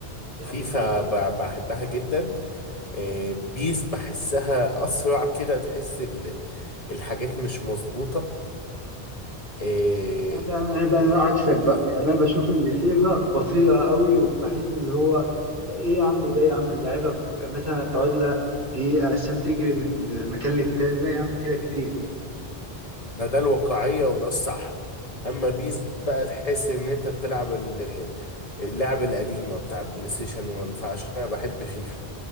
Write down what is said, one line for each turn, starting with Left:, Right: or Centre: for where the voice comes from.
Right: يعني
Left: فيفا
Right: مش-
Left: ب- بحبها جدا آه بيس بحسها أسرع كده تحس ال- الحاجات مش مظبوطة آه
Right: انا انا بقى
Left: آه،
Right: عكسك بقى
Left: آه،
Right: يعني انا بشوف اللي فيفا بطيئه قوي وبحس اللي هو ايه يا عم ده يا عم اللعيبه ك- مثلا تقعد لها دقيقه عشان تجري من مكان للتاني لا يا عم كده كتير
Left: ما ده الواقعية وده الصح أما بيس بقى تحس إن أنت بتلعب ال- اللعب القديمة بتاع بلاي ستيشن 1 فعشان كده بحب فيفا